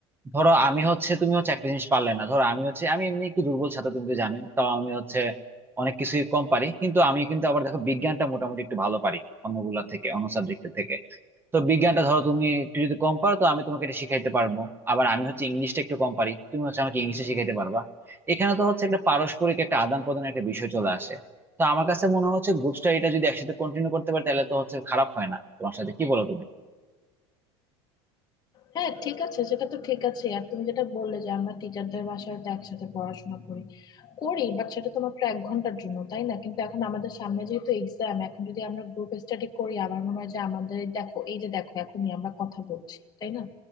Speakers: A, on the right (about 15°); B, on the left (about 30°).
A: ধরো আমি হচ্ছে তুমি হচ্ছে একটা জিনিস পারলে না ধরো আমি হচ্ছে আমি এমনি একটু দুর্বল ছাত্র তুমি তো জানোই তাও আমি হচ্ছে অনেক কিছুই কম পারি কিন্তু আমি কিন্তু আবার দেখো বিজ্ঞানটা মোটামুটি একটু ভালো পারি অন্যগুলা থেকে অন্য সাবজেক্টের থেকে তো বিজ্ঞানটা ধরো তুমি একটু যদি কম পারো তো আমি তোমাকে এটা শিখাইতে পারবো আবার আমি হচ্ছে ইংলিশটা একটু কম পারি তুমি হচ্ছে আমাকে ইংলিশে শিখাইতে পারবা এখানে তো হচ্ছে একটা পারস্পরিক একটা আদান প্রদানের একটা বিষয় চলে আসে তো আমার কাছে মনে হচ্ছে গ্রুপ স্টাডিটা যদি একসাথে কন্টিনিউ করতে পারে তাহলে তো হচ্ছে খারাপ হয় না তোমার সাথে কি বলো তুমি
B: হ্যাঁ ঠিক আছে সেটা তো ঠিক আছে আর তুমি যেটা বললে যে আমরা টিচারদের বাসায় তো একসাথে পড়াশোনা করি করি বাট সেটা তো মাত্র এক ঘন্টার জন্য তাই না কিন্তু এখন আমাদের সামনে যেহেতু এক্সাম এখন যদি আমরা গ্রুপ স্টাডি করি আমার মনে হয় যে আমাদের এই দেখো এই যে দেখো এখনই আমরা কথা বলছি তাই না